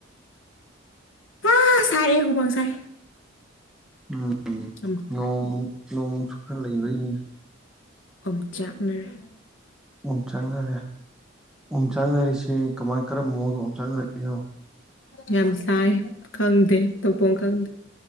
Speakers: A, on the left; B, in the centre.
A: ꯍꯥ ꯁꯥꯏꯌꯦ ꯍꯨꯃꯥꯡ ꯁꯥꯏ
B: ꯎꯝ
A: ꯌꯥꯝ
B: ꯅꯣꯡ ꯅꯣꯡ ꯁꯨ ꯈ ꯂꯩꯕꯩꯅꯦ
A: ꯑꯣꯝ ꯆꯥꯛꯅꯔꯦ
B: ꯑꯣꯝꯆꯥꯛꯅꯔꯦ ꯑꯣꯝꯆꯥꯛꯅꯔꯤꯁꯦ ꯀꯃꯥꯏ ꯀꯔꯝꯕ ꯃꯑꯣꯡꯗ ꯑꯣꯝ ꯆꯥꯛꯅꯔꯤꯅꯣ
A: ꯌꯥꯝ ꯆꯥꯏ ꯈꯪꯗꯦ ꯇꯧꯐꯝ ꯈꯪꯗꯦ